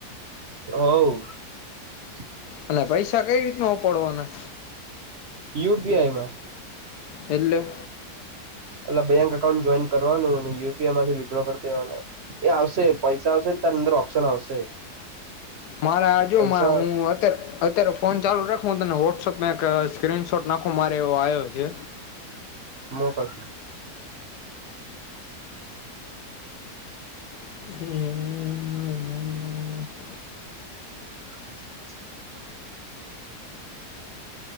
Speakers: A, on the right; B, on the left.
A: હવ
B: અને પૈસા કઈ રીતના ઉપાડવાના?
A: યુ પી આઈમાં.
B: એટલે.
A: એટલે બેંક અકાઉન્ટ જોઈન કરવાનું અને યુ પી આઈ માંથી વિડ્રો કરી દેવાનું એ આવશે પૈસા આવશે. અંદર ઓપ્શન આવશે.
B: મારે આજુ
A: પૈસા
B: હું અત્યારે, અત્યારે ફોન ચાલુ રાખ વોટ્સએપમાં એક સ્ક્રીન શોટ નાખો મારે એવો આવ્યો છે.
A: મો પાસે.
B: હમ, હું.
A: અચ <inaudible>